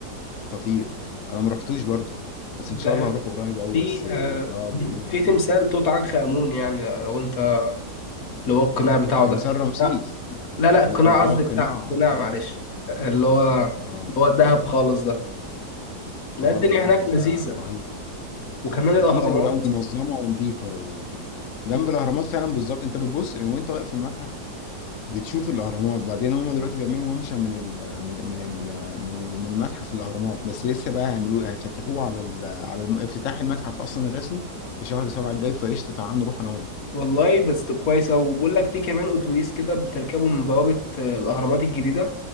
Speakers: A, on the left; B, on the left.
A: خطير انا ما رحتوش برضه بس
B: ب-
A: ان شاء الله هروح قريب قوي
B: في
A: بس
B: آه،
A: اه بيقولوا خطير
B: في تمثال توت عنخ امون يعني لو لو انت لو هو القناع بتاعه
A: تمثال
B: ده
A: رمسيس
B: لا لا القناع
A: واه
B: قصدي
A: قناع
B: بتاع القناع
A: عنقود
B: معلش اللي هو اللي
A: اه
B: هو الدهب خالص ده لا
A: اه
B: الدنيا
A: ده لا
B: هناك
A: ده ده
B: لذيذة
A: رهيب
B: وكمان
A: لذيذه
B: الأهرامات
A: ولا منظمه ونظيفه وجنب
B: و...
A: الاهرامات فعلا بالظبط انت بتبص وانت واقف في المتحف بتشوف الاهرامات بعدين هم دلوقتي بيعملوا ممشى من ال من ال من ال من, ال من المتحف الاهرامات بس لسه بقى هيعملوه هيفتتحوه على ال على الم- افتتاح المتحف اصلا الرسمي في شهر سبعة الجاي فقشطه تعالى نروح انا وانت
B: والله بس كويسة وبقول لك في كمان أتوبيس كده بتركبه من بوابة آه، الأهرامات الجديدة